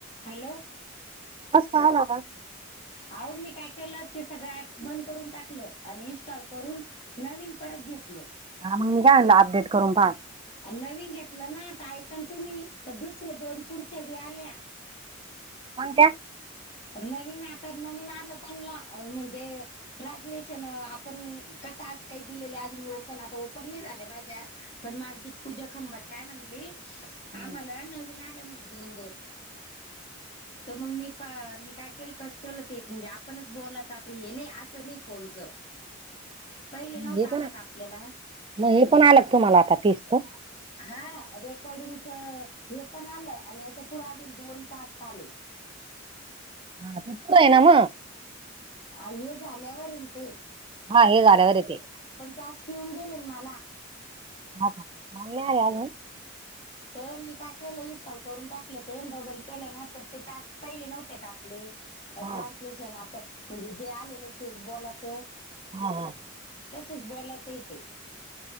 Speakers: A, on the left; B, on the right.
A: Hello
B: <unintelligible>
A: अहो मी काय केलं ते सगळं ऍप बंद करून टाकलं आणि इनस्टॉल करून नवीन परत घेतल
B: हा मग आणलं अपडेट करून पहा
A: नवीन घेतलं ना तर ऐकन तुम्ही तर दुसरे दोन पुढच्या बी आल्या
B: <unintelligible>
A: नवीन आता नवीन आलं त्यांनला अ म्हणजे ट्रान्सलेशन आपण कथा अस काही दिलेली अजून मी ओपन आता ओपन नाही झाल्या माझ्या तर मालती पूजा खंबाट काय म्हणली
B: हम्म,
A: आम्हाला नवीन आल्या म्हणे दोन दोन तर मग मी प मी काय केलं कट केलं ते म्हणजे आपणच बोलाच आता हे नाही असं नाही पोंचं <inaudible>
B: हे पण
A: आपल्याला
B: मग हे पण आल का तुम्हाला आता तीसच
A: हा रेकॉर्डिंगच हे पण आलं आणि याच्या पुढे अजून दोन टास्क आले <inaudible>
B: <unintelligible> ना म
A: आ हे झाल्यावर येईन ते
B: हा हे झाल्यावर येते
A: पण टास्क येऊन गेले न मला
B: ह का मल नाही आले अजून
A: तर मी काय केलं इनस्टॉल करून टाकलं ते डबल केलं ना तर ते टास्क पहिले नव्हते का आपले ट्रान्सलेशन
B: हा
A: आप म्हणजे जे आलेलं आहे तेच बोलाचं
B: <inaudible>
A: तसच बॉलाचं येते